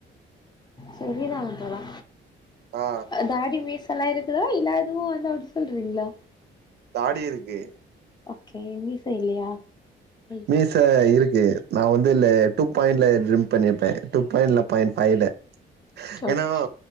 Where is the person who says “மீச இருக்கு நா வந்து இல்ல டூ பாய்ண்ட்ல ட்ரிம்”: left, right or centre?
Right